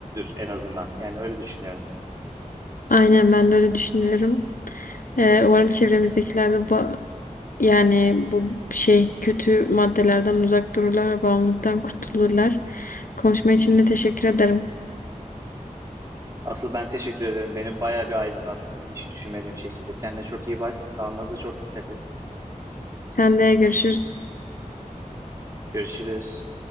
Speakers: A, on the right (about 20°); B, on the left (about 80°).
A: en azından. Yani öyle düşünüyorum.
B: Aynen ben de öyle düşünüyorum. Ee, umarım çevremizdekiler de ba- yani bu şey kötü maddelerden uzak dururlar ve bağımlılıktan kurtulurlar. Konuşma için de teşekkür ederim.
A: Asıl ben teşekkür ederim. Beni bayağı bir aydınlattın hiç düşünmediğim şekilde. Kendine çok iyi bak. Sağlığına da çok dikkat et.
B: Sen de görüşürüz.
A: Görüşürüz.